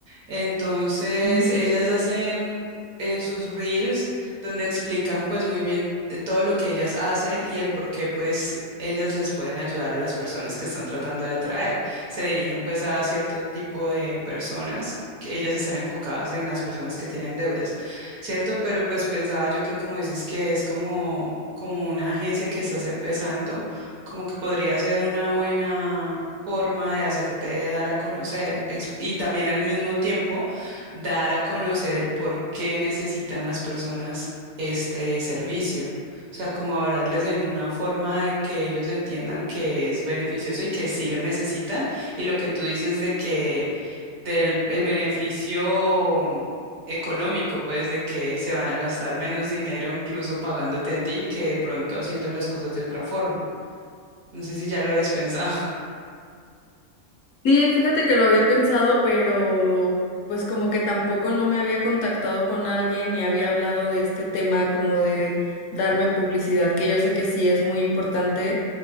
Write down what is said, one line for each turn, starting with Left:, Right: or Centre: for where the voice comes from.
Right: Entonces,
Left: ujú.
Right: ellas hacen eh, sus reels donde explican pues muy bien eh, todo lo que ellas hacen y el por qué pues ellas les pueden ayudar a las personas que están tratando de atraer. Se dirigen pues a cierto tipo de personas. que ellas están enfocadas en las personas que tienen deudas, ¿cierto? Pero pues pensaba yo que como dices que es como, como una agencia que estás empezando, como que podría ser una buena forma de hacerte dar a conocer ex- y también al mismo tiempo dar a conocer el por qué necesitan las personas este servicio. O sea, como hablarles en una forma de que ellos entiendan que es beneficioso y que sí lo necesitan y lo que tú dices de que del el beneficio económico, pues de que se van a gastar menos dinero incluso pagándote a ti que de pronto haciendo las cosas de otra forma. No sé si ya lo habías pensado.
Left: Sí, fíjate que lo había pensado, pero pues como que tampoco no me había contactado con alguien ni había hablado de este tema como de darme publicidad, que yo sé que sí es muy importante